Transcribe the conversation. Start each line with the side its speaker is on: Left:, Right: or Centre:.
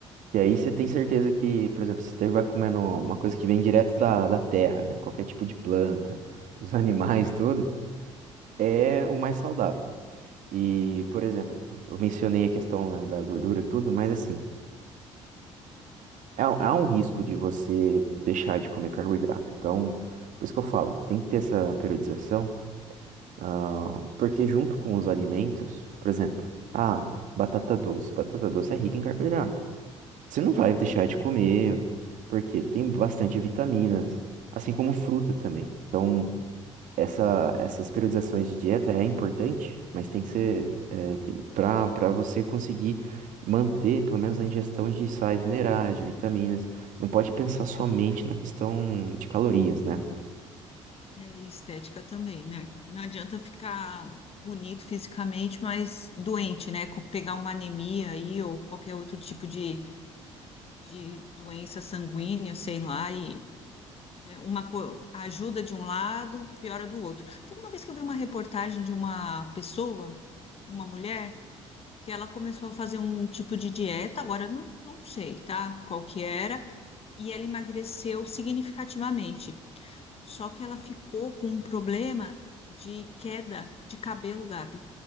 Right: Que aí você tem certeza que, por exemplo, você vai comendo uma coisa que vem direto da, da terra, né? Qualquer tipo de planta, <laughs> os animais, tudo, é o mais saudável. E, por exemplo, eu mencionei a questão, né, da gordura e tudo, mas assim, há, há um risco de você deixar de comer carboidrato. Então, por isso que eu falo, tem que ter essa periodização, ah, porque junto com os alimentos, por exemplo, ah, batata doce. Batata doce é rica em carboidrato. Você não vai deixar de comer, porque tem bastante vitaminas, assim como fruta também. Então, essa, essas periodizações de dieta é importante, mas tem que ser é, para para você conseguir manter pelo menos a ingestão de sais minerais, de vitaminas. Não pode pensar somente na questão de calorias, né?
Left: é, estética também, né? Não adianta ficar bonito fisicamente, mas doente, né? Co- Pegar uma anemia aí ou qualquer outro tipo de de doença sanguínea, sei lá, e é, uma co- ajuda de um lado, piora do outro. Teve uma vez que eu vi uma reportagem de uma pessoa, uma mulher, que ela começou a fazer um tipo de dieta, agora eu não, não sei, tá? Qual que era, e ela emagreceu significativamente. Só que ela ficou com um problema de queda de cabelo, Gabi.